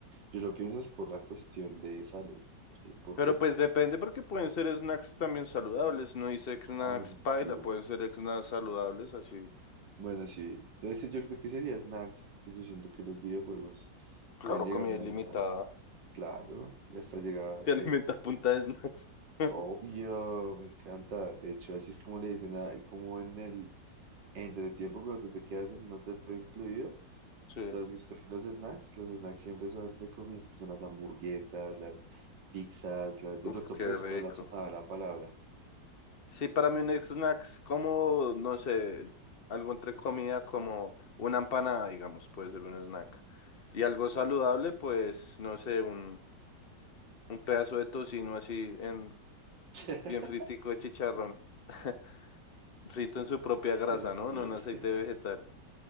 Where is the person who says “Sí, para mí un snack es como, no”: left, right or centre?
Left